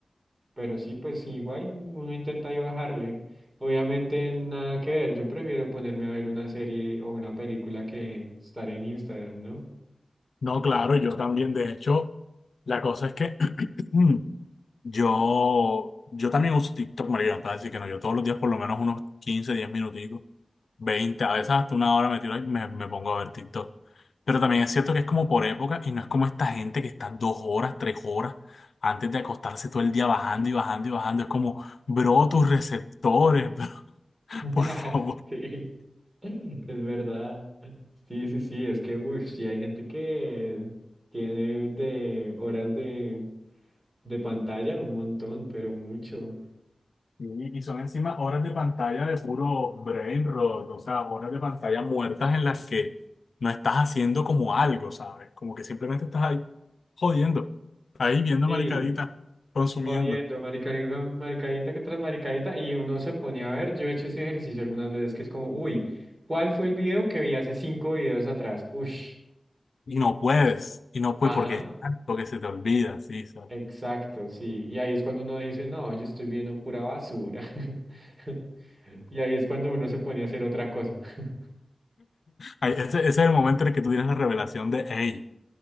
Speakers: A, on the right; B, on the left.
A: Pero sí, pues igual uno intenta ahí bajarle. Obviamente nada que ver, yo prefiero ponerme a ver una serie o una película que estar en Instagram, ¿no?
B: No, claro, yo también. De hecho, la cosa es que <clears throat> yo, yo también uso TikTok, María, así que no, yo todos los días por lo menos unos 15 10 minuticos, 20 a veces hasta una hora me tiro y me, me pongo a ver TikTok. Pero también es cierto que es como por época y no es como esta gente que está dos horas, tres horas antes de acostarse todo el día bajando y bajando y bajando. Es como, bro, tus receptores, <laughs> bro,
A: <laughs>
B: por favor.
A: Sí, es verdad. Sí, sí, sí, es que, uff, sí hay gente que tiene de horas de, de pantalla un montón, pero mucho.
B: Y, y son encima horas de pantalla de puro brain rot, o sea, horas de pantalla muertas en las que no estás haciendo como algo, ¿sabes? Como que simplemente estás ahí jodiendo, ahí viendo
A: Sí,
B: maricaditas, consumiendo.
A: Jodiendo, marica- maricadita que tras maricadita, y uno se ponía a ver, yo he hecho ese ejercicio algunas veces, que es como, uy, ¿cuál fue el video que vi hace cinco videos atrás? Ush,
B: Y no puedes, y no puedes
A: ajá,
B: porque es tanto que se te olvida, sí, ¿sabes?
A: exacto, sí, y ahí es cuando uno dice, no, yo estoy viendo pura basura, <laughs> y ahí es cuando uno se pone a hacer otra cosa, <laughs>
B: Ahí, ese, ese es el momento en el que tú tienes la revelación de, hey,